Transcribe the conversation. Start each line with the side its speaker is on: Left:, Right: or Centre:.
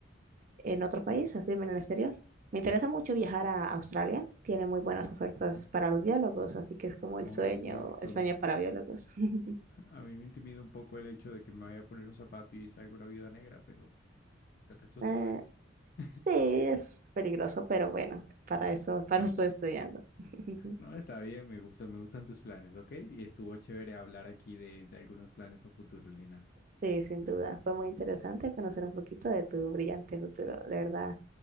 Right: en otro país, así en el exterior. Me interesa mucho viajar a Australia, tiene muy buenas ofertas para los biólogos, así que es como el
Left: Oh,
Right: sueño,
Left: cierto.
Right: España para biólogos. <laughs>
Left: A mí me intimida un poco el hecho de que me vaya a poner un zapato y salga una viuda negra, pero del resto
Right: Eh,
Left: todo bien. <laughs>
Right: sí, es peligroso, pero bueno, para eso, para eso estoy estudiando. <laughs>
Left: No, está bien, me gusta, me gustan tus planes, ¿ok? Y estuvo chévere hablar aquí de, de algunos planes a futuro, Lina.
Right: Sí, sin duda. Fue muy interesante conocer un poquito de tu brillante futuro. De verdad,